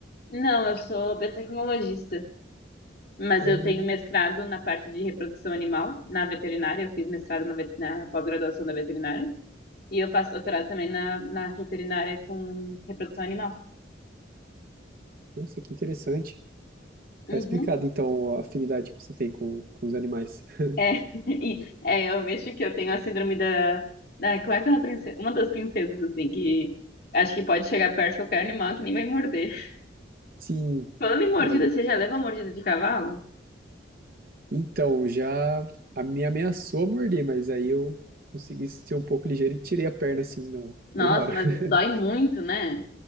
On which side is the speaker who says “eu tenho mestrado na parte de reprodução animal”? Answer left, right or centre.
Left